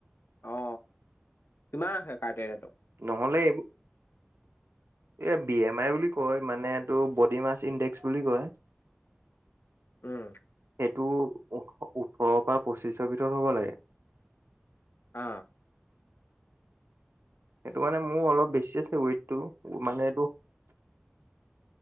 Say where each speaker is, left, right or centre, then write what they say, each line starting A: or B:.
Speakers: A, on the left (about 60°); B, on the right (about 80°).
A: অ অ কিমান আহে ক্ৰাইটেৰিয়াটো?
B: নহ'লে এ বি এম আই বুলি কয় মানে এই তটো বডি মাছ ইণ্ডেক্স বুলি কয়।
A: উম
B: সেইটো ও ওঠৰৰ পৰা পঁচিশৰ ভিতৰত হ'ব লাগে।
A: অ
B: সেইটো কাৰানে মোৰ অলপ বেছি আছে ৱেইটটো মানে এই